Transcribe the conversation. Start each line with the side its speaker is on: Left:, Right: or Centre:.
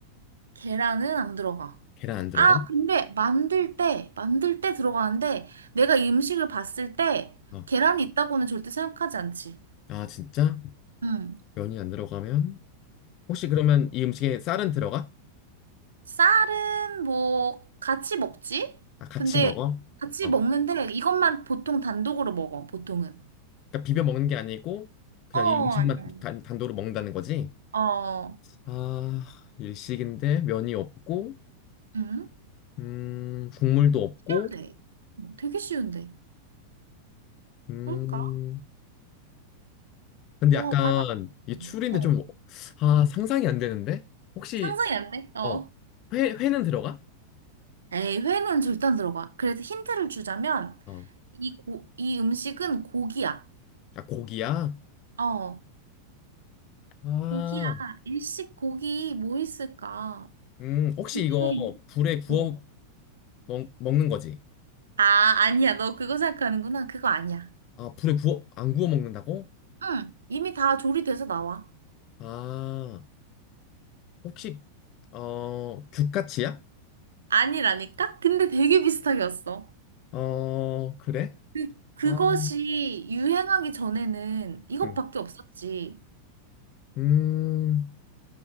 Right: 계란은 안 들어가.
Left: 계란 안 들어가?
Right: 아, 근데 만들 때, 만들 때 들어가는데 내가 이 음식을 봤을 때
Left: 어.
Right: 계란이 있다고는 절대 생각하지 않지.
Left: 아, 진짜?
Right: 응.
Left: 면이 안 들어가면? 혹시 그러면 이 음식에 쌀은 들어가?
Right: 쌀은 뭐 같이 먹지?
Left: 아, 같이
Right: 근데
Left: 먹어?
Right: 같이
Left: 어.
Right: 먹는데 이것만 보통 단독으로 먹어, 보통은.
Left: 그러니까 비벼 먹는 게 아니고 그냥
Right: 어,
Left: 이 음식만
Right: 아니야, 아니야.
Left: 단, 단도로 먹는다는 거지?
Right: 어,
Left: 아, 일식인데 면이 없고
Right: 응?
Left: 음, 국물도 없고
Right: 쉬운데. 되게 쉬운데.
Left: 음.
Right: 뭘까?
Left: 근데
Right: 너가
Left: 약간
Right: 바로,
Left: 이게 추리인데
Right: 알아.
Left: 좀
Right: 어.
Left: 아, 상상이 안 되는데? 혹시
Right: 상상이 안 돼? 어.
Left: 어, 회 회는 들어가?
Right: 에이, 회는 절대 안 들어가. 그래서 힌트를 주자면,
Left: 어.
Right: 이, 고, 이 음식은 고기야.
Left: 아, 고기야?
Right: 어,
Left: 아.
Right: 고기야. 일식 고기 뭐 있을까?
Left: 음, 혹시
Right: 되게,
Left: 이거 불에 구워
Right: 어.
Left: 먹, 먹는 거지?
Right: 아, 아니야. 너 그거 생각하는구나. 그거 아니야.
Left: 아, 불에 구워 안 구워 먹는다고?
Right: 응, 이미 다 조리돼서 나와.
Left: 아. 혹시 어 규카치야?
Right: 아니라니까? 근데 되게 비슷하게 왔어.
Left: 어 그래?
Right: 그, 그것이
Left: 아,
Right: 유행하기 전에는 이것밖에
Left: 응.
Right: 없었지.
Left: 음,